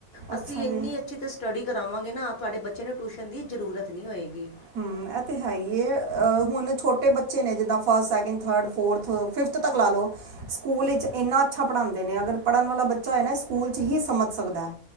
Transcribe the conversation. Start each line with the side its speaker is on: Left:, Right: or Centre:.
Right: ਅੱਛਾ
Left: ਅਸੀਂ
Right: ਜੀ
Left: ਇੰਨੀ ਅੱਛੀ ਤੇ ਸਟੱਡੀ ਕਰਾਵਾਂਗੇ ਨਾ ਤੁਹਾਡੇ ਬੱਚੇ ਨੂੰ ਟੁਸ਼ਨ ਦੀ ਜ਼ਰੂਰਤ ਨੀ ਹੋਏਗੀ।
Right: ਹੂੰ ਐ ਤੇ ਹੈ ਈ ਏ ਅ ਹੁਣ ਛੋਟੇ ਬੱਚੇ ਨੇ ਜਿੱਦਾਂ first, second, third, fourth, fifth ਤੱਕ ਲਾ ਲੋ। ਸਕੂਲ ਵਿੱਚ ਇੰਨਾ ਅੱਛਾ ਪੜ੍ਹਾਂਦੇ ਨੇ ਅਗਰ ਪੜ੍ਹਨ ਵਾਲਾ ਬੱਚਾ ਹੋਏ ਨਾ ਸਕੂਲ ਚ ਹੀ ਸਮਝ ਸਕਦੈ।